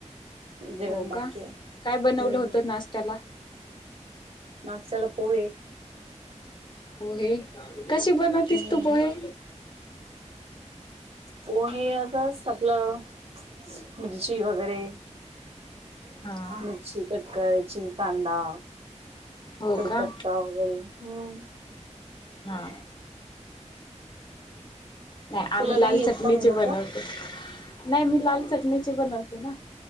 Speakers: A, on the right; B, on the left.
A: जेवण
B: हो
A: बाकी
B: का?
A: आहे.
B: काय बनवलं
A: हम्म
B: होतं नाश्त्याला?
A: नाश्त्याला पोहे.
B: पोहे. बनवतेस
A: हम्म
B: तू पोहे.
A: पोहे असंच आपलं मिरची वगैरे.
B: हा
A: मिरची कट करायची कांदा.
B: हो
A: कडीपत्ता
B: का
A: वगैरे हम.
B: हा. नाही आम्ही
A: तुला
B: लाल
A: नाही
B: चटणीचे
A: येत का बनवता
B: बनवते, नाही मी लाल चटणीचे बनवते ना.